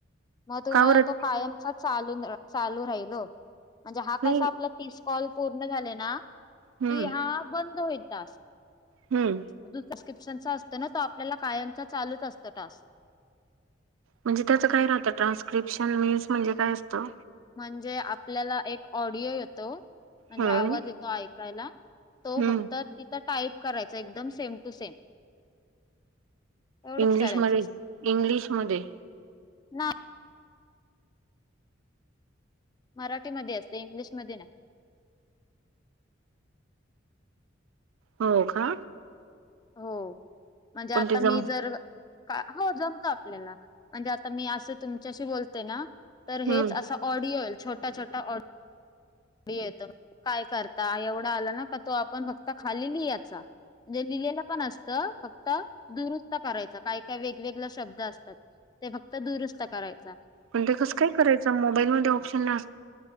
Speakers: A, on the left; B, on the right.
A: मग तुम्हाला
B: का बरं
A: तो कायमचा चाल चालू राहिल हो म्हणजे हा कसा.
B: नाही
A: आपल तीस कॉल पूर्ण झाले ना
B: हम्म
A: कि हा बंद होईल टास्क.
B: हम्म.
A: अजून प्रस्क्रिप्शन च असतं ना तर आपल्याला कायमचा चालूच असतं टास्क.
B: म्हणजे त्याचं काय राहतं ट्रान्स्क्रिप्शन मिन्स म्हणजे काय असतं?
A: म्हणजे आपल्याला एक ऑडिओ येतो म्हणजे
B: हम्म
A: आवाज येतो ऐकायला. तो
B: हम्म
A: फक्त तिथं टाईप करायचा एकदम सेम टू सेम. एवढंच
B: इंग्लिशमध्ये
A: करायचं
B: इंग्लिशमध्ये
A: नाय. मराठीमध्ये असते इंग्लिशमध्ये नाही.
B: हो, का?
A: हो म्हणजे आता
B: पण ते जम
A: मी जर. हो जमत आपल्याला म्हणजे आता मी असं तुमच्याशी बोलते ना तर
B: हम्म
A: हेच असं. ऑडिओ येइल छोटा छोटा ऑडिओ. येत काय करता एवढा आला ना का तो आपण फक्त खाली लिहायचा. म्हणजे लिहिलेलं पण असतं फक्त दुरुस्त करायचं काय काय वेगवेगळे शब्द असतात. ते फक्त दुरुस्त करायचं.
B: पण ते कसं काय करायचं मोबाईल मध्ये ऑप्शन नं